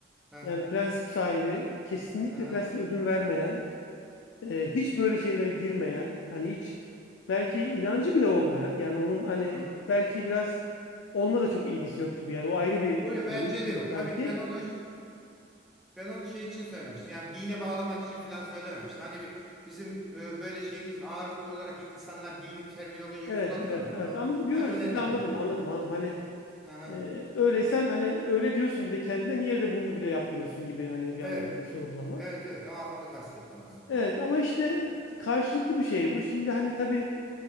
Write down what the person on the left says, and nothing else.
Yani prensip sahibi, kesinlikle
prensip ödün vermeyen, e, hiç böyle şeylere girmeyen, hani hiç belki inancı bile olmayan, yani onun hani
belki biraz onunla da çok ilgisi yok gibi. Yani o ayrı bir
e,
boyut gibi
sanki.
Evet,
evet,
evet. Anladım. Yok,
yok,
siz
de anladım,
anladım, anladım. Hani
e, öyleysen hani öyle diyorsun bir de kendine niye de bunu bile yapmıyorsun gibi hani bir
anlamda sorgulama.
Evet ama işte karşılıklı bir şey bu. Şimdi hani tabii